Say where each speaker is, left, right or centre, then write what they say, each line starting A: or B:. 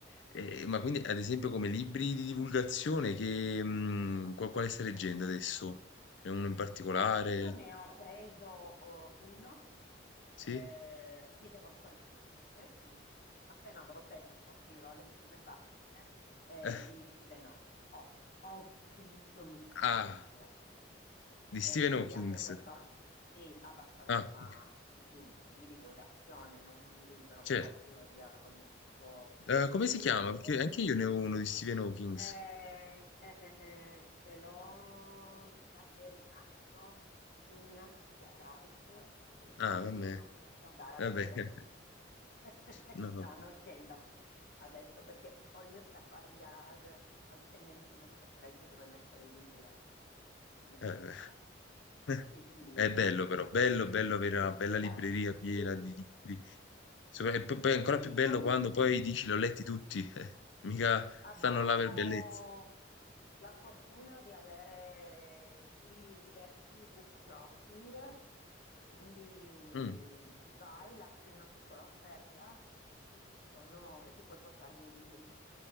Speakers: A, on the left; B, on the left.
A: ehm, ma quindi ad esempio come libri di divulgazione che mhmm, qua quale stai leggendo adesso? C'è uno in particolare?
B: Adesso ne ho preso eh, uno
A: Sì?
B: eh, che devo ancora iniziare, quindi appena avrò tempo <laughs> aprirò le prime pagine eh,
A: <laughs>
B: di
A: Eh,
B: Stephen Ho- Ho- Hawking, non mi,
A: Ah,
B: mi si dice fa la lingua inglese.
A: di
B: Eh,
A: Stephen
B: quindi
A: Hawkings.
B: anche questo ab- sì, abbastanza
A: Ah, ok.
B: divul- di divulgazione, non un libro
A: Certo.
B: proprio di Hawking. argomento.
A: Eh, come si
B: E,
A: chiama? Perché
B: e-
A: anche io ne ho uno di Stephen Hawkings.
B: Eh, eh, eh, eh, ce l'ho, mi sa che è rimasto in garage e
A: Ah,
B: quindi
A: vabbè.
B: non posso andare a
A: Vabbè.
B: vedere
A: <laughs>
B: il titolo. <laughs>
A: No, no.
B: No, non scendo adesso perché ho il mio scaffale in garage, altrimenti non saprei più dove mettere i libri a casa perché ce ne
A: Eh,
B: sono troppi.
A: beh. <laughs>
B: Quindi,
A: È bello però, bello,
B: eh,
A: bello avere una bella libreria
B: bello.
A: piena
B: Capito.
A: di libri. Sopra- E poi poi è ancora
B: Sì,
A: più
B: sì,
A: bello
B: poi
A: quando poi dici l'ho letti tutti, <laughs> eh. Mica
B: Abbiamo
A: stanno là per bellezza.
B: la fortuna di avere qui diversi book crossing, quindi
A: Mm.
B: vai, lasci una piccola offerta e ci sono, e ti puoi portare via i libri.